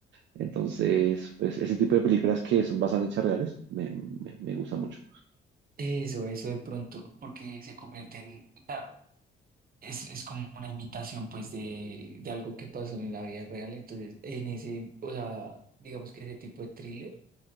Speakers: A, on the right (about 65°); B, on the right (about 45°).
A: Entonces, pues ese tipo de películas que son basadas en hechos reales me, me, me gusta mucho.
B: eso, eso de pronto, porque se convierte en, claro, es, es como una imitación, pues, de, de algo que pasó en la vida real, entonces, en ese, o sea, digamos que ese tipo de thriller,